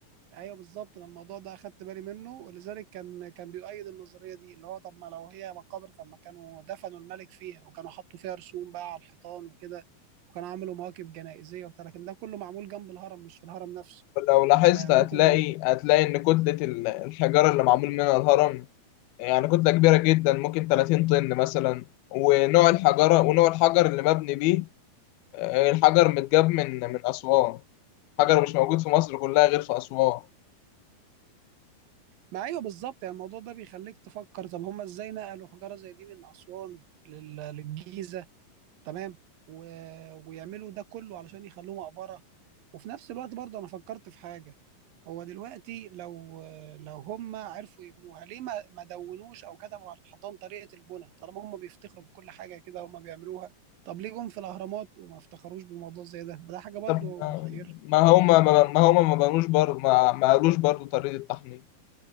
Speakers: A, on the right; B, on the left.
A: ايوه بالظبط انا الموضوع ده اخدت بالي منه ولذلك كان كان بيؤيد النظريه دي اللي هو طب ما لو هي مقابر طب ما كانوا دفنوا الملك فيها وكانوا حطوا فيها رسوم بقى على الحيطان وكده وكانوا عملوا مواكب جنائزيه وبتاع لكن ده كله معمول جنب الهرم مش في الهرم نفسه
B: لو لاحظت
A: طب هم يعملوا
B: هتلاقي
A: كده ليه؟
B: هتلاقي ان كتله ال- الحجاره اللي معمول منها الهرم يعني كتلة كبيرة جدا ممكن 30 طن مثلا ونوع الحجارة ونوع الحجر اللي مبني بيه آه، الحجر متجاب من من أسوان حجر مش موجود في مصر كلها غير في أسوان
A: ما ايوه بالظبط يعني الموضوع ده بيخليك تفكر طب هم ازاي نقلوا حجاره زي دي من اسوان لل- للجيزه تمام و... ويعملوا ده كله علشان يخلوه مقبره وفي نفس الوقت برضه انا فكرت في حاجه هو دلوقتي لو لو هم عرفوا يبنوها ليه ما ما دونوش او كتبوا على الحيطان طريقه البناء طالما هم بيفتخروا بكل حاجه كده هم بيعملوها طب ليه جم في الاهرامات وما افتخروش بموضوع زي ده ما ده حاجه برضو
B: طب ما
A: محيره
B: ما هما ما ما هما ما بنوش برضه ما, ما قالوش برضه طريقة التحنيط